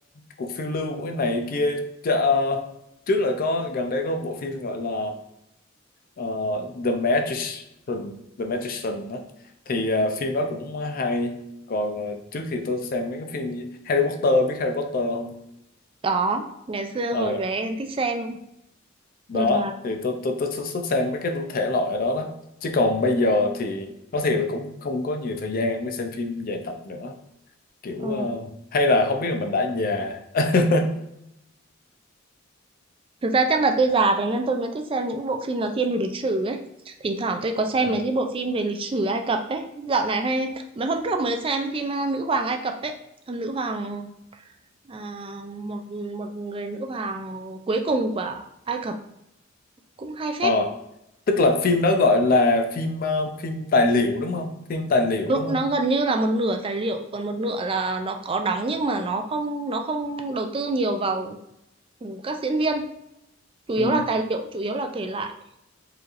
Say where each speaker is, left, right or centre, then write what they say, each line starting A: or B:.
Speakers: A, on the left; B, on the right.
A: cuộc phiêu lưu của cái này kia Chà, ờ, trước là có gần đây có bộ phim gọi là ờ, The Magician The Magician đó thì ờ, phim đó cũng hay còn ờ, trước thì tôi xem mấy cái phim như Harry Potter biết Harry Potter không
B: Có, ngày xưa
A: Ờ,
B: hồi bé em thích xem
A: đó
B: rồi là
A: thì tôi tôi tôi xuất xuất xem mấy cái thể loại đó đó chứ còn bây giờ thì nói thiệt là cũng không có nhiều thời gian mới xem phim dài tập nữa kiểu
B: ờ,
A: ờ, hay là không biết là mình đã già <laughs>
B: thực ra chắc là tôi già rồi nên tôi mới thích xem những bộ phim nó thiên về lịch sử ấy. Thỉnh thoảng tôi có xem
A: ừ.
B: mấy cái bộ phim về lịch sử Ai Cập ấy. Dạo này hay mấy hôm trước mới xem phim ờ, Nữ hoàng Ai Cập ấy. Ờ, Nữ hoàng à, một một người nữ hoàng cuối cùng của Ai Cập cũng hay phết.
A: Ờ, tức là phim đó gọi là phim ờ, phim tài liệu đúng không phim tài liệu
B: Nó
A: đúng không
B: nó gần như là một nửa tài liệu còn một nửa là nó có đóng nhưng mà nó không nó không đầu tư nhiều vào các diễn viên chủ yếu
A: ừ.
B: là tài liệu chủ yếu là kể lại